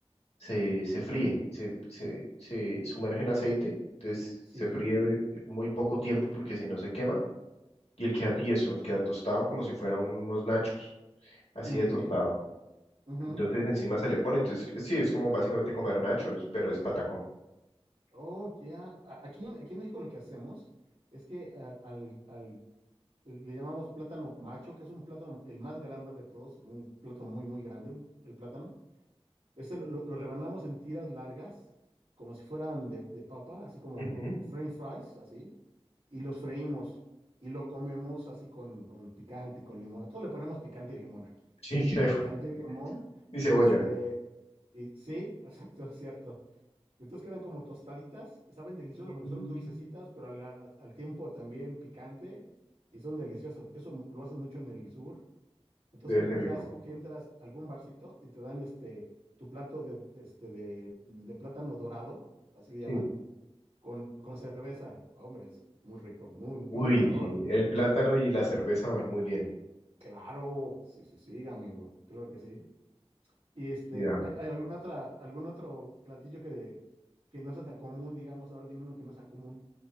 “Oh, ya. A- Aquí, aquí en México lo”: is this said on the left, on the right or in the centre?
Right